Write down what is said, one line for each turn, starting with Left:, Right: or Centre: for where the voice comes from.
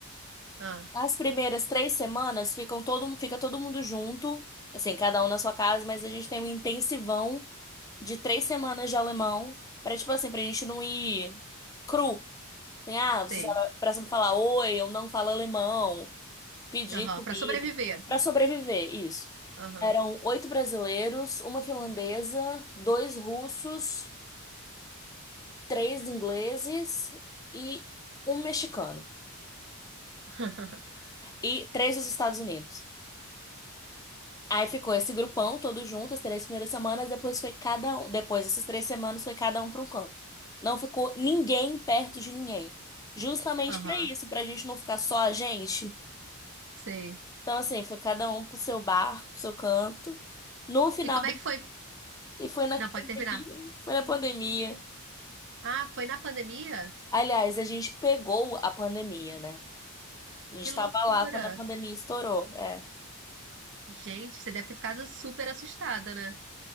Right: Ah,
Left: As primeiras três semanas ficam todo, fica todo mundo junto, assim, cada um na sua casa, mas a gente tem um intensivão de três semanas de alemão pra tipo assim, pra gente não ir cru. Tem, ah, você
Right: sei.
Left: sabe, pra sempre falar oi, eu não falo alemão, pedir
Right: Aham,
Left: comida,
Right: pra sobreviver.
Left: pra sobreviver, isso.
Right: Aham.
Left: Eram oito brasileiros, uma finlandesa, dois russos, três ingleses e um mexicano.
Right: <laughs>
Left: E três dos Estados Unidos. Aí ficou esse grupão todo junto, as três primeiras semanas, depois foi cada um. Depois dessas três semanas foi cada um para um canto. Não ficou ninguém perto de ninguém. Justamente
Right: Aham,
Left: para isso, para a gente não ficar só a gente.
Right: sei.
Left: Então, assim, foi cada um pro seu bar, pro seu canto. No final,
Right: E como é que foi?
Left: e foi na
Right: Não,
Left: pandemia.
Right: pode terminar.
Left: Foi na pandemia.
Right: Ah, foi na pandemia?
Left: Aliás, a gente pegou a pandemia, né? A gente
Right: Que loucura.
Left: tava lá quando a pandemia estourou. É.
Right: Gente, você deve ter ficado super assustada, né?